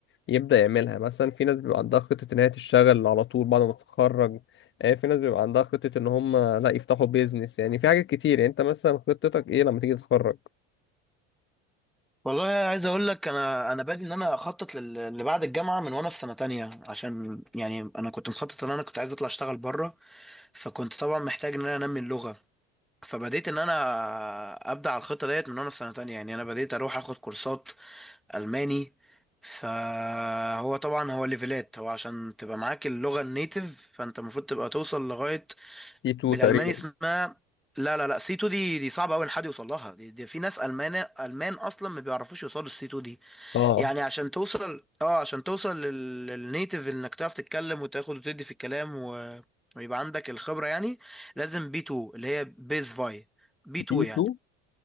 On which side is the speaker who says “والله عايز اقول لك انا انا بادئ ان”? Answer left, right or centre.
Centre